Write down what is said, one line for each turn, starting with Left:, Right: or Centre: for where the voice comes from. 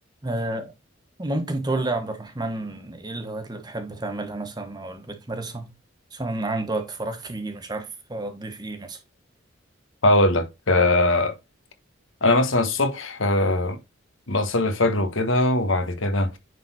Right: آه، ممكن تقول لي يا عبد الرحمن ايه الهوايات اللي بتحب تعملها مثلا او اللي بتمارسها عشان أنا عندي وقت فراغ كبير مش عارف اضيف ايه مثلا
Left: هقول لك آه، انا مثلا الصبح آه، بصلي الفجر وكده وبعد كده